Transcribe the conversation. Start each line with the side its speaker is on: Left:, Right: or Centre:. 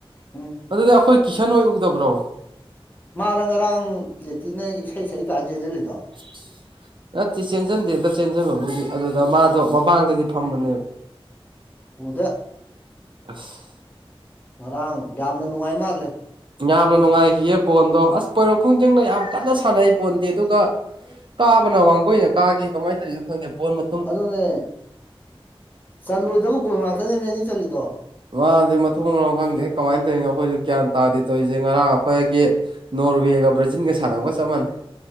Left: ꯎꯝ
Right: ꯑꯗꯨꯗꯤ ꯑꯈꯣꯏ ꯀꯤꯁꯟ ꯍꯣꯏ ꯎꯗꯕ꯭ꯔꯣ?
Left: ꯃꯥꯔ ꯉꯔꯥꯡ ꯄ꯭ꯂꯦꯇꯤꯅ ꯏꯁꯩ ꯁꯛꯏ ꯀꯥꯟ ꯆꯦꯟꯁꯤꯜꯂꯤꯗꯣ
Right: <inaudible> ꯅꯠꯇꯦ ꯆꯦꯟꯖꯟꯗꯦꯗ ꯆꯦꯟꯖꯟꯕꯕꯨꯗꯤ ꯑꯗꯨꯗ ꯃꯥꯗꯣ ꯃꯃꯥꯡꯗꯗꯤ ꯐꯝꯕꯅꯦꯕ꯫
Left: ꯎꯗꯦ ꯫
Right: ꯑꯁ
Left: ꯉꯔꯥꯡ ꯌꯥꯝꯅ ꯅꯨꯡꯉꯥꯏ ꯃꯥꯜꯂꯦ꯫
Right: ꯌꯥꯝꯅ ꯅꯨꯡꯉꯥꯏꯈꯤꯌꯦ ꯕꯣꯟꯗꯣ ꯑꯁ ꯄꯣꯏꯔꯣꯛ ꯈꯣꯡꯖꯤꯡꯅ ꯌꯥꯝ ꯀꯟꯅ ꯁꯥꯟꯅꯩ ꯕꯣꯟꯗꯤ ꯑꯗꯨꯒ ꯀꯥꯕꯅ ꯋꯥꯡꯒꯣꯏꯅ ꯀꯥꯒꯤ ꯀꯃꯥꯏ ꯇꯧꯏꯅꯣ ꯈꯪꯗꯦ ꯕꯣꯟ ꯃ
Left: ꯑꯗꯨꯅꯦ ꯆꯜꯂꯣꯏꯗꯕ ꯒꯣꯜ ꯉꯥꯠꯇꯅꯦꯃꯤ ꯑꯅꯤ ꯆꯜꯂꯤꯗꯣ꯫
Right: ꯃꯥꯗꯤ ꯃꯊꯣꯡ ꯃꯔꯝ ꯈꯪꯗꯦ ꯀꯃꯥꯏꯟ ꯇꯧꯏꯅꯣ ꯑꯩꯈꯣꯏꯖꯨ ꯒ꯭ꯌꯥꯟ ꯇꯥꯗꯦ ꯇꯧꯏꯖꯦ ꯉꯔꯥꯡ ꯑꯩꯈꯣꯏꯒꯤ ꯅꯣꯔꯋꯦꯒ ꯕ꯭ꯔꯥꯖꯤꯟꯒ ꯁꯥꯟꯅꯕꯒ ꯆꯞ ꯃꯥꯟꯅꯩ꯫